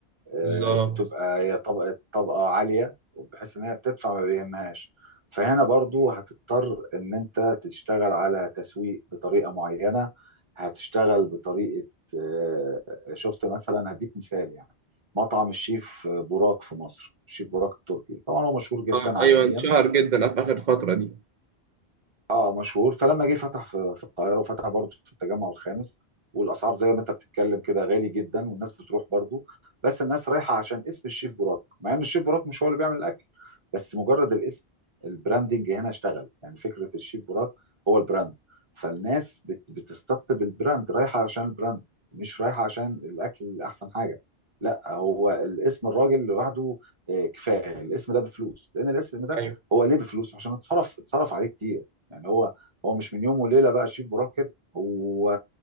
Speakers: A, on the right; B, on the right.
A: آه،
B: بالظبط
A: بتبقى هي طبقه طبقه عاليه بحيث ان هي بتدفع ما بيهمهاش فهنا برضو هتضطر ان انت تشتغل على تسويق بطريقه معينه هتشتغل بطريقه آه، شفت مثلا هديك مثال يعني مطعم الشيف بوراك في مصر الشيف بوراك التركي طبعا هو مشهور جدا
B: أه
A: عالميا
B: أيوه انشهر جدا
A: وهو
B: في آخر الفترة دي
A: اه مشهور فلما جه فتح في في القاهره وفتح برضه في التجمع الخامس والاسعار زي ما انت بتتكلم كده غالي جدا والناس بتروح برضه بس الناس رايحه عشان اسم الشيف براك مع ان الشيف براك مش هو اللي بيعمل الاكل بس مجرد الاسم البراندنج هنا اشتغل يعني فكره الشيف براك هو البراند فالناس بت- بتستقطب البراند رايحه عشان البراند مش رايحه عشان الاكل اللي احسن حاجه لا هو الاسم الراجل لوحده آه، كفايه الاسم ده بفلوس لان الاسم ده
B: أيوه
A: هو ليه بفلوس عشان اتصرف اتصرف عليه كتير يعني هو هو مش من يوم وليله بقى شيف براك كده هو